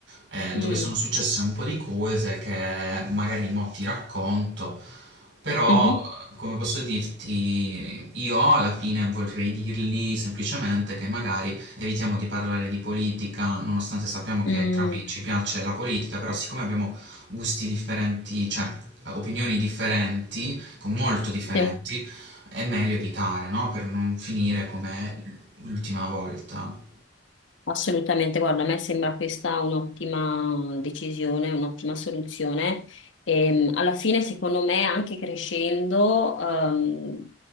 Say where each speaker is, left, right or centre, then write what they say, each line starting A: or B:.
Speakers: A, on the right; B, on the left.
A: eh,
B: Mm.
A: dove sono successe un po' di cose che magari mo ti racconto, però
B: Mhm.
A: come posso dirti, io alla fine vorrei dirgli semplicemente che magari evitiamo di parlare di politica, nonostante sappiamo che
B: Mm.
A: entrambi ci piace la politica, però siccome abbiamo gusti differenti, cioè eh, opinioni differenti, con molto differenti,
B: Sì.
A: è meglio evitare, no? Per non finire come l'ultima volta.
B: Assolutamente, guarda, a me sembra questa un'ottima decisione, un'ottima soluzione. Ehm, alla fine, secondo me, anche crescendo, ehm,